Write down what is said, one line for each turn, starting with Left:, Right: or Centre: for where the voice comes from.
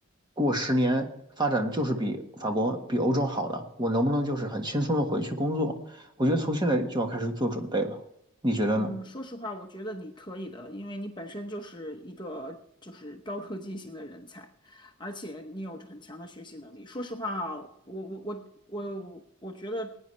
Right: 过十年发展就是比法国、比欧洲好了，我能不能就是很轻松的回去工作？我觉得从现在就要开始做准备了，你觉得呢？
Left: 嗯，说实话，我觉得你可以的，因为你本身就是一个就是高科技型的人才，而且你有很强的学习能力。说实话啊，我我我我我觉得，